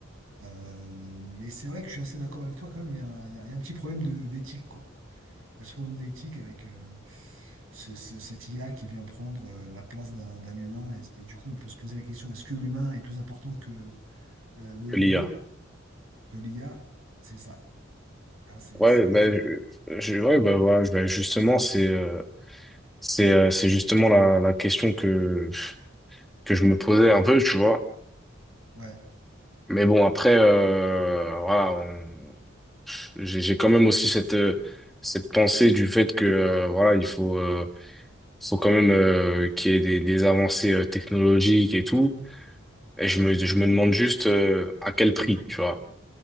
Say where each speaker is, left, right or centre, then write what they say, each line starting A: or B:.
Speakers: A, on the right; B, in the centre.
A: Euh, mais c'est vrai que je suis assez d'accord avec toi quand même, il y a, un il y a- il y a un petit problème de- d'éthique, quoi. Un petit problème d'éthique avec euh, ce- ce- cette IA qui vient prendre euh, la place d'un d'un humain. Et, et du coup, on peut se poser la question, est-ce que l'humain est plus important que euh, le
B: que
A: robot?
B: l'IA.
A: que l'IA, c'est ça. Là, c'est
B: Ouais,
A: c'est vrai
B: ben,
A: que...
B: je, je- ouais, ben, voilà, je- ben, justement, c'est euh, c'est euh, c'est justement la, la question que que je me posais un peu, tu vois.
A: Ouais,
B: Mais bon, après, euh, voilà, on- j'ai j'ai quand même aussi cette, euh, cette pensée du fait que, euh, voilà, il faut, euh, faut quand même euh, qu'il y ait des, des avancées euh, technologiques et tout. Et je me,
A: Mm.
B: je me demande juste euh, à quel prix, tu vois,